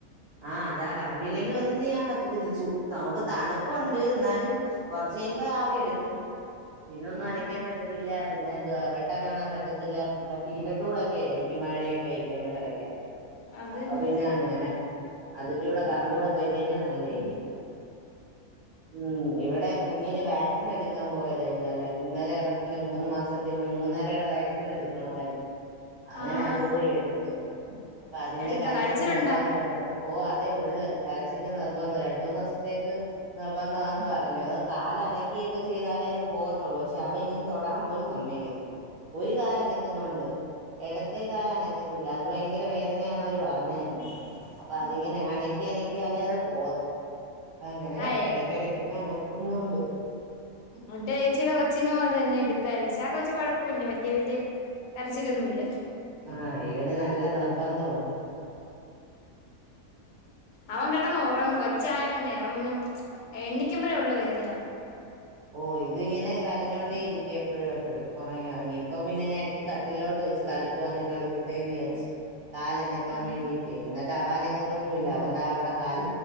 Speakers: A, on the right; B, on the left.
A: ആഹ് അതാ കറണ്ട് ഇല്ലെങ്കിൽ ഒന്നും ചെയ്യാൻ പറ്റത്തില്ല ചു നമക്ക് തണുപ്പണ്ട് ന്നാലും കുറച്ചയിയുമ്പോ ആവി എടുക്കും പിന്നെ ഒന്നും
B: ഉം
A: അരക്കാൻ പറ്റത്തില്ല പിന്നെ എന്തോ-ആവ് <unintelligible> കാണാൻ പറ്റത്തില്ല മറ്റേ ഇരുട്ടൂടൊക്കെ ആയിരിക്കും മഴയ <unintelligible>
B: അതന്നെ
A: അപ്പൊ പിന്നെങ്ങനെ അതിൻ്റൂടെ കറണ്ടൂടെ പോയി കയിഞ്ഞാ നല്ലേരി - ഉം ഇവിടെ കുഞ്ഞിന് വാക്സിനെടുക്കാൻ പോയതാ ഇന്നലെ ഇന്നലെ അവർക്കില്ല മൂന്നമാസത്തിൻ്റെ മൂന്നരയുടെ വാക്സിനെടുക്കണായിരുന്നു അങ്ങനെ
B: ആഹ്
A: അതുപോയി എടുത്തു അപ്പൊ അതിന്റെ
B: എടുത്തോ
A: കരച്ചില്
B: കരച്ചിലുണ്ടോ
A: നിർബന്ധ ഓ അതെ ഉള്ള് കരച്ചില് നിർബന്ധ രണ്ടൂന്നവസത്തേക്ക് നിർബദ്ധാന്ന് പറഞ്ഞു അത് കാല് അനക്കിയിട്ട് ചെയ്താലേ അത് പോവത്തുള്ളൂ ക്ഷെ അവ ഇങ്ങനെ തൊടാൻ പോലും സമ്മയക്കില <inaudible> ഒരു കാലനക്കുന്നുണ്ട് ഇടത്തേ കാലനക്കത്തില്ല അത് ഭയങ്കര വേദനയാന്ന അവര് പറഞെ
B: <inaudible>
A: പ്പ അതിന് അനക്കിഅനക്കി ക്കിയാലേ അത് പോ അങ്ങനെ
B: ആഹ്
A: ഇടക്കടക്കൊക്കെ കാണാം <unintelligible>
B: എന്റെ ഏച്ചിയുടെ കൊച്ചിനും അതന്നെ എടുത്തായിരുന്നു ശെ ആ കൊച്ചു കൊഴപ്പല്ല വല്യയ വല്യയ കരച്ചിലൊന്നുല്ല
A: ആ അയിൻ നല്ല നിർബദ്ധുണ്ട്
B: അവൻ കെടന്ന് ഉറങ്ങു കൊ- ച്ചായോണ്ട് അവ നും എണ്ണിക്കുമമ്പഴേ ഒള്ളുവേദന
A: ഓ ഇത്ങ്ങനെ കരഞ്ഞോണ്ടിരിക്ക എപ്പോഴും എപ്പോഴും ഉറങ്ങി ഉറങ്ങി ഇപ്പ പിന്നെ ഞാൻ അടുത്ത് കട്ടിലോട്ട് വെച്ച് കളിക്ക <unintelligible> കളിക്കട്ടെന്ന് വിചാരിച്ച് കാലനക്കാൻ
B: ആഹ്
A: വേണ്ടിട്ട് ടീ ന്നിട്ട് ആവനങ്ങുന്നൊന്നുല്ല അവന്താ അവിടെ കാല